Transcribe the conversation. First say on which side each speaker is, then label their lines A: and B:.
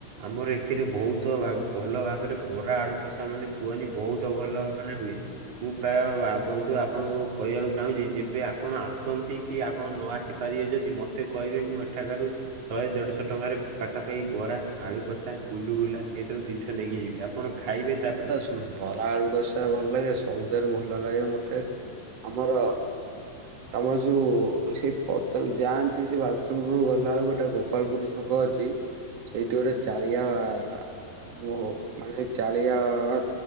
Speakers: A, on the right; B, on the right.
A: ଆମର ଏକେରେ ବହୁତ ଭା ଭଲ ଭାବରେ ବରା ଆଳୁ କଷା ମାନେ କୁହନି ବହୁତ ଭଲ ମାନେ ହୁଏ। ମୁଁ ପ୍ରାୟ ବା ବନ୍ଧୁ ଆପଣଙ୍କୁ କହିବାକୁ ଚାହୁଁଛି ଯେବେ ଆପଣ ଆସନ୍ତି କି ଆପଣ ନ ଆସି ପାରିବେ ଯଦି ମତେ କହିବେ ମୁଁ ଏଠାକାରୁ ଶହେ ଦେଢଶହ ଟଙ୍କାରେ ପାଖାପାଖି ବରା, ଆଳୁ କଷା, ଗୁଲୁଗୁଲା ଏଇସବୁ ଜିନିଷ ନେଇକି ଯିବି ଆପଣ ଖାଇବେ ତାପରେ
B: ଅଁ ବରା ଆଳୁ କଷା ଭଲ ଲାଗେ ସବୁଠାରୁ ଭଲ ଲାଗେ ମତେ ଆମର ଆମର ଯୋଉ ସେଇ ପଟଲ ଯାଆନ୍ତି ଯେ ବାଲଚନ୍ଦ୍ରପୁର ଗଲାବେଳକୁ ଗୋଟେ ଗୋପ ଗୋପାଳପୁର ଛକ ଅଛି ସେଇଠି ଗୋଟେ ଚାଳିଆ-ଆ ମୋ ମାନେ ଚାଳିଆ-ଆ